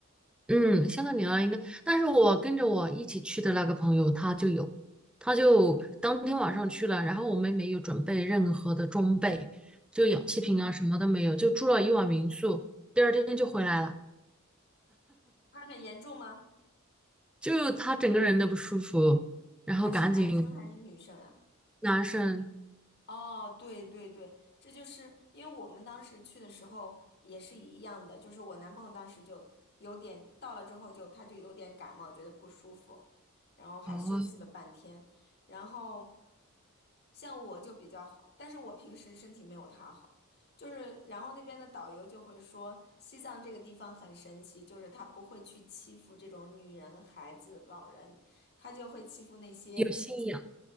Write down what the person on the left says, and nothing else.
嗯，
它很严重吗？
他是男生还是女生呀、
哦，对对对，这就是因为我们当时去的时候也是一样的，就是我男朋友当时就有点到了之后就他就有点感冒，觉得不舒服，然后还休息了半天，
然后。像我就比较好，但是我平时身体没有他好，就是然后那边的导游就会说，西藏这个地方很神奇，就是他不会去欺负这种女人、孩子、老人，他就会欺负那些